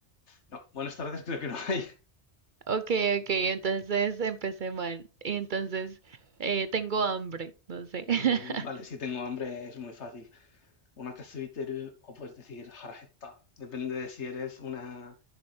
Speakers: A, on the left; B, on the right.
A: No, buenas tardes creo que no hay.
B: Ok, ok, entonces empecé mal. Entonces, eh, tengo hambre, no sé. <laughs>
A: Mm, Vale, si tengo hambre es muy fácil. una Onakasuiteru o puedes decir harajetta. Depende de si eres una,